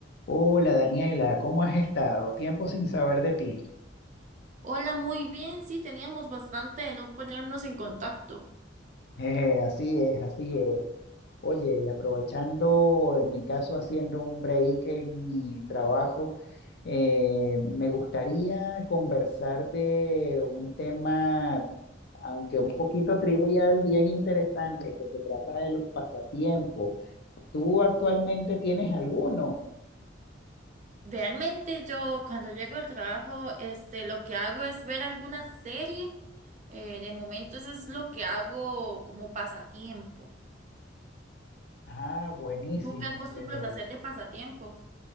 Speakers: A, on the left (about 60°); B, on the right (about 40°).
A: Hola Daniela, ¿cómo has estado? Tiempo sin saber de ti.
B: Hola, muy bien, sí, teníamos bastante de no ponernos en contacto.
A: Jeje, así es, así es. Oye, y aprovechando, en mi caso, haciendo un break en mi trabajo, eh, me gustaría conversar de un tema, aunque un poquito trivial, bien interesante, que se trata de los pasatiempos. ¿Tú actualmente tienes alguno?
B: Realmente yo cuando llego al trabajo, este, lo que hago es ver alguna serie. Eh, de momento eso es lo que hago como pasatiempo.
A: Ah, buenísimo,
B: ¿Tú qué acostumbras
A: pero...
B: a hacer de pasatiempo?